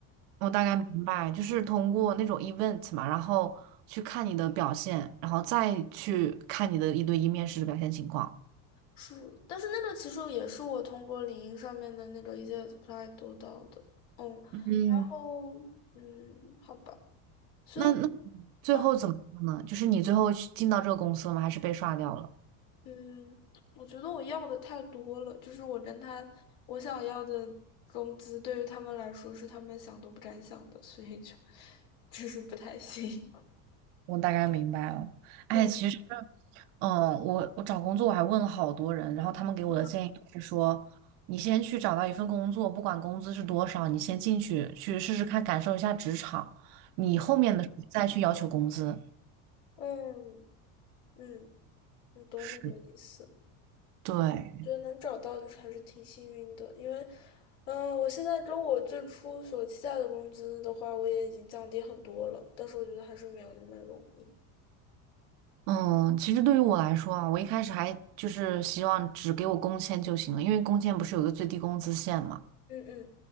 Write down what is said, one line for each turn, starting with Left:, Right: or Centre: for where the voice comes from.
Right: 我大概明白，就是通过那种 event 嘛，然后去看你的表现，然后再去看你的一对一面试的表现情况。
Left: 是，但是那个其实也是我通过领英上面的那个一些 apply 得到的。嗯
Right: 嗯，
Left: 哦，嗯，好吧，所以，
Right: 那那最后怎么样呢？
Left: 嗯
Right: 就是你最后去进到这个公司了吗？还是被刷掉了？
Left: 嗯，我觉得我要的太多了，就是我跟他，我想要的工资对于他们来说是他们想都不敢想的，所以就 <laughs> 就是不太行。<laughs>
Right: 我大概明白了。哎，
Left: 嗯，
Right: 其实，嗯，我我找工作我还问了好多人，然后他们给我的建议就是说，
Left: 是吗？
Right: 你先去找到一份工作，不管工资是多少，你先进去去试试看，感受一下职场，你后面的时候再去要求工资。
Left: 嗯嗯，我懂你的意思，
Right: 是。对，
Left: 觉得能找到就是还是挺幸运的，因为，嗯，我现在跟我最初所期待的工资的话，我也已经降低很多了，但是我觉得还是没有那么容易。
Right: 嗯，其实对于我来说啊，我一开始还就是希望只给我工签就行了，因为工签不是有一个最低工资线嘛。
Left: 嗯嗯。